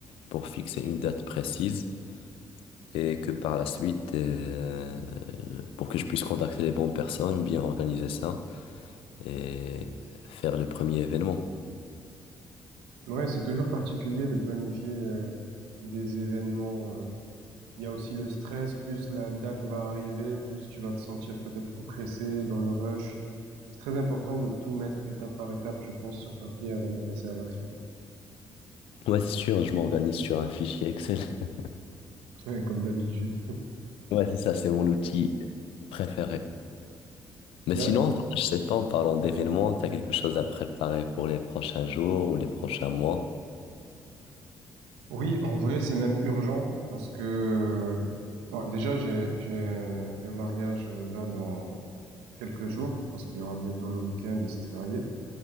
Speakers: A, on the left; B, on the right.
A: pour fixer une date précise et que par la suite, euh, pour que je puisse contacter les bonnes personnes, bien organiser ça et faire le premier événement.
B: Ouais, c'est toujours particulier de planifier euh, des événements. euh, Il y a aussi le stress, plus la date va arriver, plus tu vas te sentir peut-être oppressé dans le rush. C'est très important de tout mettre étape par étape, je pense, sur papier avant de passer à l'action.
A: Ouais, c'est sûr, je m'organise sur un fichier Excel. <laughs>
B: <laughs> Ouais, Comme d'habitude.
A: Ouais, c'est ça, c'est mon outil préféré. Mais
B: Ben,
A: sinon, je sais pas, en parlant d'événements, t'as quelque chose à préparer pour les prochains jours ou les prochains mois?
B: oui, en vrai, c'est même urgent parce que bon, déjà, j'ai, j'ai un mariage euh, là dans quelques jours parce qu'il y aura bientôt le week-end et c'est férié.